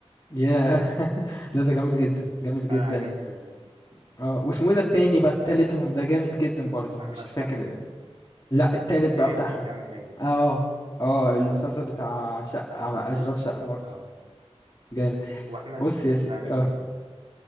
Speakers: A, on the left; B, on the right.
A: ياه <laughs> لا ده جامد جدا جامد جدا
B: انا عجبني وال-
A: اه واسمه ايه ده التاني بقى التالتهم ده جامد جدا برضه
B: احمد
A: مش فاكر
B: فهمي
A: لا التالت
B: هشام
A: بقى بتاعهم
B: هشام ماجد
A: اه اه المسلسل
B: اه
A: بتاع شقة
B: أست...
A: اشغال شقة
B: اه
A: برضه جامد
B: واحمد
A: بص يا سي...
B: فهمي
A: اه
B: جامد